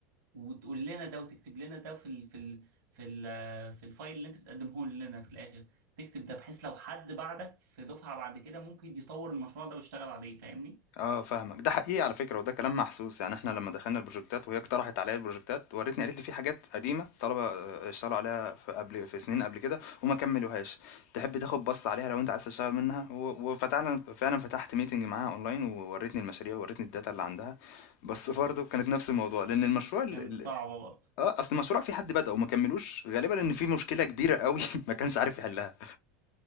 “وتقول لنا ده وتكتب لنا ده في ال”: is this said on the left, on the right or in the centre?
Right